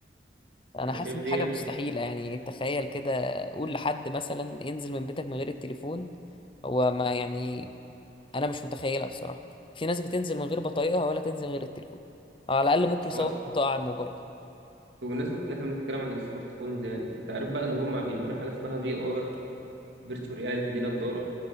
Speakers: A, on the left; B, on the right.
A: انا
B: انا
A: حاسس
B: شايف
A: ان دي
B: دي
A: حاجة
B: هت-
A: مستحيلة يعني تخيل كده قول لحد مثلا انزل من بيتك من غير التليفون هو ما يعني انا مش متخيلها بصراحة في ناس بتنزل من غير بطايقها ولا تنزل من غير التليفون أو على الاقل ممكن يصور
B: هو اصل
A: بطاقة على الموبايل
B: بمناسبة ان احنا بنتكلم عن السمارت فونز يعني انت عارف بقى ان هم بيعملوا حاجة اسمها في ار فيرتشوال رياليتي دي نضارة